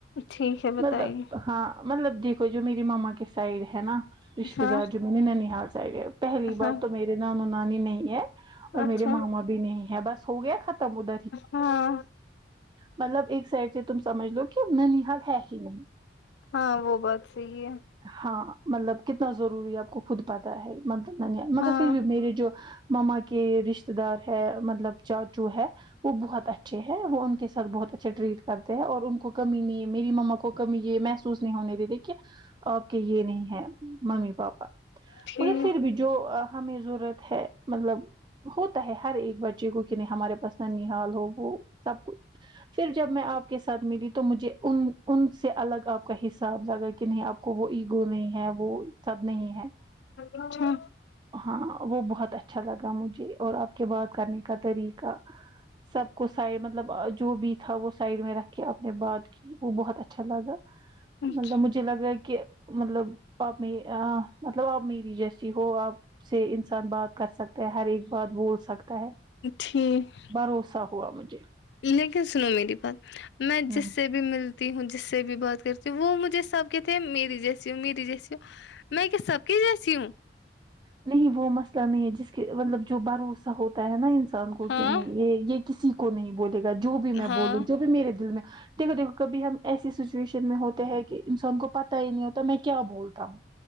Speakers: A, on the left (about 70°); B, on the right (about 25°).
A: ٹھیک ہے بتائیے
B: مطلب ہاں مطلب دیکھو جو میری ماما کے سائڈ ہے نا رشتے
A: ہاں
B: دار جو میں نے ننیحال سائڈ ہے پہلی
A: ہاں
B: بات تو میرے نانو نانی نہیں ہے اور
A: اچھا
B: میرے ماما بھی نہیں ہے بس ہو گیا ختم ادھر ہی
A: ہاں
B: مطلب ایک سائڈ سے تم سمجھ لو کہ ننی حال ہے ہی نہیں
A: ہاں وہ بات صحیح ہے
B: ہاں مطلب کتنا ضروری آپ کو خود پتاہ ہے <unintelligible> مگر
A: ہاں
B: پھر بھی میرے جو ماما کے رشتے دار ہے مطلب چا چو ہے وہ بہت اچھے ہیں وہ ان کے ساتھ بہت اچھے ٹریٹ کرتے ہیں اور ان کو کمی نہیں میری مما کو کمی یہ محسوس نہیں ہونے د دی کہ آپ کے یہ نہیں ہے ممی پاپا
A: ٹھیک
B: مگر پھر بھی جو ہمیں ضرورت ہے مطلب ہوتا ہے ہر ایک بچے کو کہ نہیں ہمارے پاس ننحال ہو وہ سب پھر جب میں آپ کے ساتھ ملی تو مجھے ان ان سے الگ آپ کا حساب لگا کہ کہ نہیں آپ کو وہ ایگو نہیں ہے وہ سب نہیں ہے
A: اچھا
B: ہاں وہ بہت اچھا لگا مجھے اور آپ کے بات کرنے کا طریقہ سب کو سائڈ مطلب جو بھی تھا وہ سائڈ میں رکھ کے اپنے بات کی وہ بہت اچھا لگا
A: اچھا
B: مطلب مجھے مجھے لگا کہ مطلب آپ مطلب آپ میری جیسی ہو آپ سے انسان بات کر سکتے ہیں ہر ایک بات بول سکتا ہے
A: ٹھیک
B: بھروسہ ہوا مجھے
A: لیکن سنو میری بات میں جس
B: ہ
A: سے بھی ملتی ہوں جس سے بھی بات کرتی وہ مجھے سب کہتے ہیں میری جیسی ہو میری جیسی ہو میں کیا سب کی جیسی ہوں
B: نہیں وہ مسئلہ نہیں ہے جس کے مطلب جو بھروسہ ہوتا ہے نا ان انسان کو
A: ہاں
B: کہ نہیں یہ یہ کسی کو نہیں بولے گا جو بھی میں
A: ہاں
B: بولوں جو بھی میرے دل میں دیکھو دیکھو کھی ہم ایسی سچویشن میں ہوتے ہے کہ انسان کو پتا ہی نہیں ہوتا میں کیا بولتا ہوں